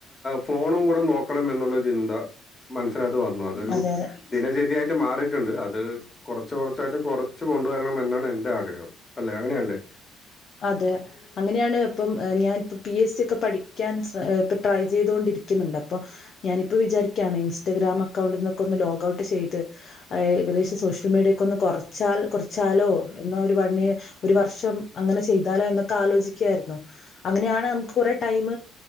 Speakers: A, on the left (about 30°); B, on the left (about 50°).
A: ഫോണും കൂടെ നോക്കണം എന്നുള്ള ചിന്ത മനസ്സിനാത്ത് വന്നു അതൊരു
B: അതെ അതെ
A: ദിനചര്യായിട്ട് മാറിയിട്ടുണ്ട് അത് അത് കുറച്ച് കുറച്ചായിട്ട് കൊറച്ച് കൊണ്ടുവരണം എന്ന് എന്റെ ആഗ്രഹം അല്ലെ അങ്ങനെയല്ലേ
B: അതെ അങ്ങനെയാണ് ഇപ്പം ഞാനൻപ്പ പി എസ് സി ഒക്കെ പഠിക്കാൻ ഇപ്പ ട്രൈ ചെയ്തൊണ്ടിരിക്കുന്നുണ്ട് അപ്പൊ ഞാനിപ്പോ വിചാരിക്കുകയാണ് ഇൻസ്റ്റാഗ്രാം അക്കൗണ്ടിൽ നിന്നൊക്കെ ഒന്ന് ലോഗഔട്ട് ചെയ്ത് ഏകദേശം സോഷ്യൽ മീഡിയക്കൊ ഒന്ന് കുറ ച്ചാൽ കുറച്ചാലോ എന്നാ ഒരു പണി ഒരു വർഷം അങ്ങനെ ചെയ്താലോ എന്നൊക്കെ ആലോചിക്കായിരുന്നു അങ്ങനെയാണ് നമുക്ക് കുറെ ടൈമ